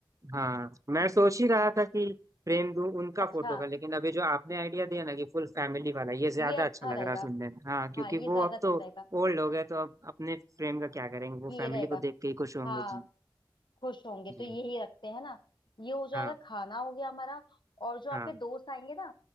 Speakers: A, on the right (about 40°); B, on the left (about 70°).
A: हाँ मैं सोच ही रहा था कि फ्रेम दूं उनका
B: अच्छा
A: फोटो का लेकिन अभी जो आपने आइडिया दिया ना कि फुल फैमिली वाला ये ज्यादा
B: ये अच्छा
A: अच्छा लग
B: रहेगा
A: रहा है सुनने में हाँ क्योंकि
B: हाँ ये
A: वो
B: ज्यादा
A: अब
B: अच्छा
A: तो
B: रहेगा
A: ओल्ड हो गए तो अब अपने फ्रेम का क्या करेंगे वो फैमिली
B: ये रहेगा
A: को देख के ही खुश होंगे
B: हाँ
A: जी
B: खुश होंगे
A: जी
B: तो यही रखते हैं ना ये हो जाएगा
A: हाँ
B: खाना हो गया हमारा और जो
A: हाँ
B: आपके दोस्त आएंगे ना